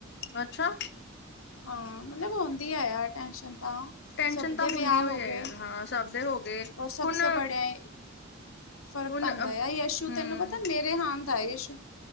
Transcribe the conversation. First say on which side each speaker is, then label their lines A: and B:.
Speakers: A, on the left (about 50°); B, on the left (about 75°).
A: ਅੱਛਾ।
B: ਹਾਂ ਮਤਲਬ ਹੁੰਦੀ ਏ ਯਾਰ ਟੈਸ਼ਨ ਤਾਂ।
A: ਟੈਨਸ਼ਨ
B: ਸਭ
A: ਤਾਂ
B: ਦੇ ਵਿਆ
A: ਹੁੰਦੀ ਹੋਈ
B: ਹੋ
A: ਹੈ
B: ਗਏ,
A: ਯਾਰ ਹਾਂ ਸਭ ਦੇ ਹੋ ਗਏ
B: ਔਰ ਸਭਸੇ
A: ਹੁਣ
B: ਬੜੇ ਏ ਫਰਕ
A: ਹੁਣ
B: ਪੈਂਦਾ ਏ ਯਸ਼ੂ
A: ਹੂੰ
B: ਤੈਨੂੰ ਪਤਾ ਮੇਰੇ ਹਾਂਨ ਦਾ ਏ ਯਸ਼ੂ।